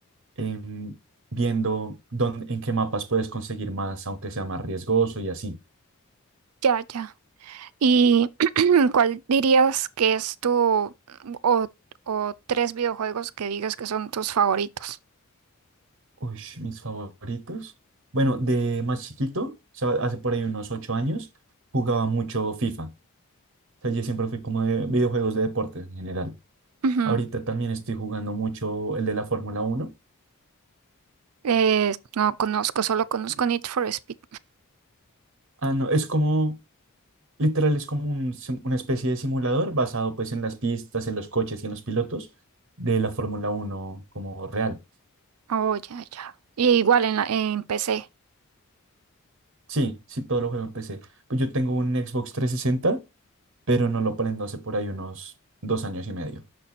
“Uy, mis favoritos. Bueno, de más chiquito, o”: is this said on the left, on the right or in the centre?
Right